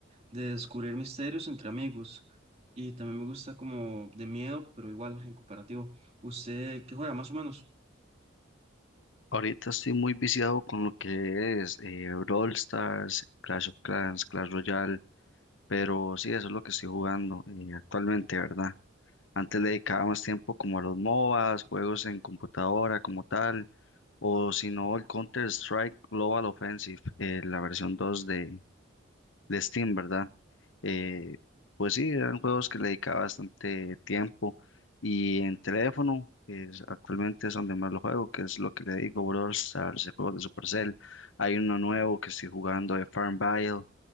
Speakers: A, on the right; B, on the left.
A: de descubrir misterios entre amigos. Y también me gusta como de miedo, pero igual en cooperativo. ¿Usted qué juega más o menos?
B: Ahorita estoy muy viciado con lo que es eh, Brawl Stars, Clash of Clans, Clash Royale, pero sí, eso es lo que estoy jugando eh, actualmente, ¿verdad? Antes le dedicaba más tiempo como a los MOBAs, juegos en computadora como tal, o si no, el Counter-Strike Global Offensive, eh, la versión 2 de, de Steam, ¿verdad? Eh, pues sí, eran juegos que le dedicaba bastante tiempo y en teléfono, es- actualmente es donde más lo juego, que es lo que le digo, Brawl Stars, el juego de Supercell. Hay uno nuevo que estoy jugando de Farmville,